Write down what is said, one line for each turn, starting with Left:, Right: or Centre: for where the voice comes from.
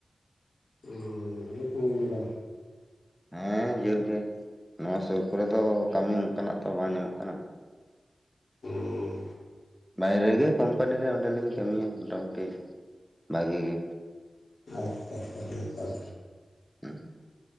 Left: ᱦᱮᱸ ᱟᱰᱤ ᱥᱟᱹᱜᱤᱧ ᱫᱚ
Centre: ᱦᱮᱸ ᱡᱷᱟ. ᱞ ᱜᱮ ᱱᱚᱣᱟ ᱥᱩᱨ ᱠᱚᱨᱮ ᱫᱚ ᱠᱟᱹᱢᱤ ᱚᱱᱠᱟᱱᱟᱜ ᱛᱚ ᱵᱟᱝ ᱧᱟᱢᱚᱜ ᱠᱟᱱᱟ
Left: ᱦᱩᱸ
Centre: ᱵᱟᱭᱨᱮ ᱜᱮ ᱠᱳᱢᱯᱟᱱᱤ ᱨᱮ ᱚᱸᱰᱮᱞᱤᱧ ᱠᱟᱹᱢᱤᱭᱟ ᱢᱚᱴᱟ ᱢᱩᱴᱤ ᱵᱷᱟᱜᱮ ᱜᱮ
Left: ᱟᱪᱪᱷᱟ ᱪᱷᱟ ᱱᱟᱯᱟᱭ
Centre: ᱦᱩᱸ